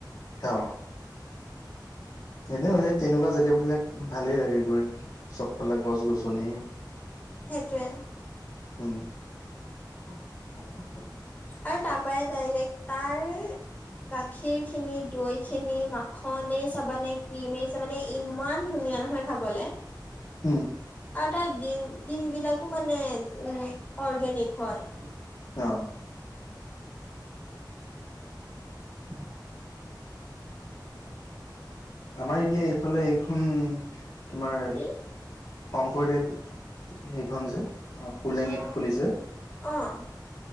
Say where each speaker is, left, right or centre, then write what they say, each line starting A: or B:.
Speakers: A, on the left; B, on the left.
A: অ এনেও সেই তেনেকুৱা জেগাবিলাক ভালেই লাগে গৈ। চবফালে গছ গছনি।
B: সেইটোৱে।
A: উম <unintelligible>
B: আৰু তাপাএ ডাইৰেক্ট তাৰ গাখীৰ খিনি, দৈ খিনি, মাখনেই চাবানে ক্ৰীমেই চাবানে ইমান ধুনীয়া নহয় খাবলে।
A: উম
B: আৰু তাৰ ডিম ডিম বিলাকো মানে ওম অৰ্গেনিক হয়।
A: অ'।
B: <inaudible>
A: আমাৰ এতিয়া এইফালে এইখন তোমাৰ
B: কি
A: শংকৰদেৱ। সেইখন যে শোলেঙিত
B: অ
A: খুলিছে।
B: অ'।